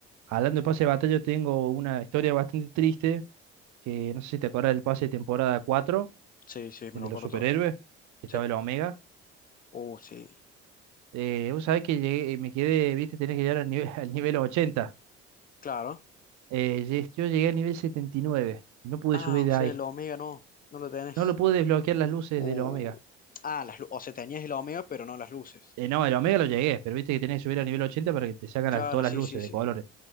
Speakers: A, on the right (about 60°); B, on the left (about 30°).
A: hablando de pase de batalla, tengo una historia bastante triste, que no sé si te acuerdas del pase de temporada 4,
B: Sí, sí, me
A: el
B: lo
A: de
B: acuerdo
A: los superhéroes,
B: todo.
A: que estaba
B: Sí.
A: el Omega.
B: Oh, sí.
A: Eh, vos sabés que llegué, me quedé, viste, tenés que llegar al nivel, <laughs> al nivel 80.
B: Claro.
A: Eh, lle- yo llegué al nivel 79, no pude
B: Ah,
A: subir
B: o
A: de
B: sea,
A: ahí.
B: el Omega no, no lo tenés.
A: No lo pude desbloquear las luces
B: O...
A: del Omega.
B: Ah, las, lu- o se teñía es la omega, pero no las luces.
A: Eh, no, el Omega lo llegué, pero viste que tenés que subir al nivel 80 para que te sacan
B: Claro,
A: las- todas
B: sí,
A: las luces
B: sí, sí.
A: de colores.